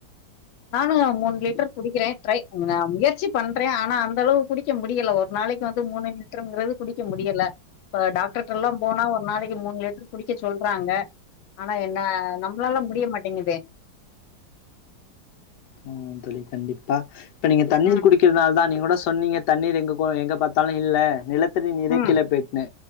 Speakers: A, on the left; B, on the left.
A: நானு மூணு லிட்டர் குடிக்கிறே ட்ரை நா முயற்சி பண்றே ஆனா அந்த அளவு குடிக்க முடியல ஒரு நாளைக்கு வந்து மூணு லிட்டருங்குறது குடிக்க முடியல இப்ப டாக்டர்ட்ட எல்லா போனா ஒரு நாளைக்கு மூணு லிட்டர் குடிக்கச் சொல்றாங்க ஆனா என்ன நம்மளாலா முடிய மாட்டேங்குதே
B: ஆ தோழி கண்டிப்பா இப்ப நீங்க தண்ணீர்
A: ம்
B: குடிக்கிறதுனால தா நீங்க கூட சொன்னீங்க தண்ணீர் எங்க கோ எங்க பாத்தாலு இல்ல நிலத்தடி நீரே
A: ம்
B: கீழ போயிட்னு